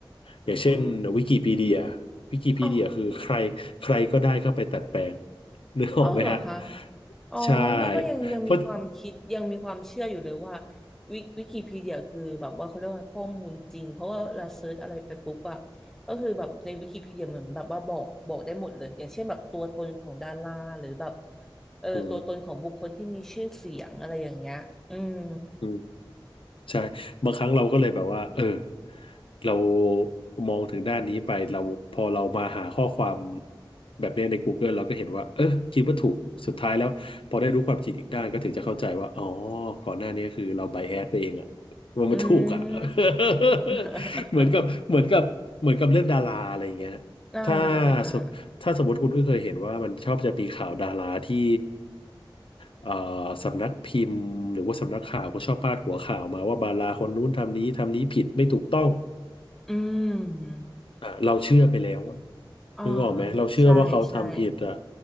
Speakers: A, on the left; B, in the centre.
A: อย่างเช่นวิกิพีเดีย
B: อ๋อ
A: วิกิพีเดียคือใครใครก็ได้เข้าไปดัดแปลง
B: อ๋อ
A: นึกออกไหมฮะ
B: อ๋อเหรอคะอ๋อนี่ก็ยังยังมีความคิดยังมีความเชื่ออยู่เลยว่า
A: ใช่เพราะ
B: วิวิกิพีเดียคือแบบว่าเขาเรียกว่าข้อมูลจริงเพราะว่าเราเซิร์ชอะไรไปปุ๊บอะก็คือแบบในวิกิพีเดียเหมือนแบบว่าบอกบอกได้หมดเลยอย่างเช่นแบบตัวตนของดาราหรือแบบเออตัวตนของบุคคลที่มีชื่อเสียงอะไรอย่างเงี้ยอืม
A: อืม ใช่บางครั้งเราก็เลยแบบว่าเออเรามองถึงด้านนี้ไปเราพอเรามาหาข้อความแบบเนี้ยใน Google เราก็เห็นว่าเออคิดว่าถูกสุดท้ายแล้วพอได้รู้ความจริงอีกด้านก็ถึงจะเข้าใจว่าอ๋อก่อนหน้านี้คือเราไบแอสไปเองอะว่ามันถูกอะ
B: อืม
A: <laughs>
B: <laughs>
A: เหมือนกับเหมือนกับเหมือนกับเรื่องดาราอะไรอย่างเงี้ย
B: อ่าอ่าอ่า
A: ถ้า ถ้าสมมติคุณก็เคยเห็นว่ามันชอบจะมีข่าวดาราที่เอ่อสำนักพิมพ์หรือว่าสำนักข่าวก็ชอบพาดหัวข่าวมาว่าดาราคนนู้นทำนี้ทำนี้ผิดไม่ถูกต้อง
B: อืม
A: อ่ะเราเชื่อไปแล้วอะ
B: อ่า
A: นึกออกไหมเราเชื่อว่าเขาทำผิดอะ
B: ใช่ใช่